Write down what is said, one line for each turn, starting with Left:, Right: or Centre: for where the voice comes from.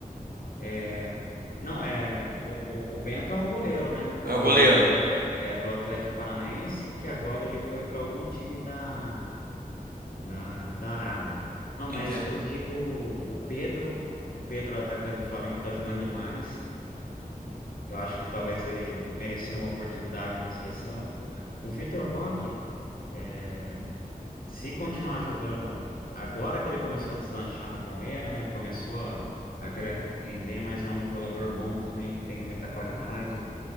Left: é... não, é... O, o, o Bento é um goleiro, né? O
Right: É
Left: goleiro
Right: o goleiro.
Left: que é, é do Atlético Paranaense, que agora ele foi para algum time da, da, da Arábia. Não, mas
Right: Entendeu?
Left: eu digo o Pedro, o Pedro, atacante do Flamengo, tá jogando demais. Eu acho que talvez ele merecia uma oportunidade na seleção. O Vitor Roque. é, Se continuar jogando agora que ele começou a deslanchar no Palmeiras, né? Começou a, a querer render, mas é um jogador bom também, que tem muita qualidade.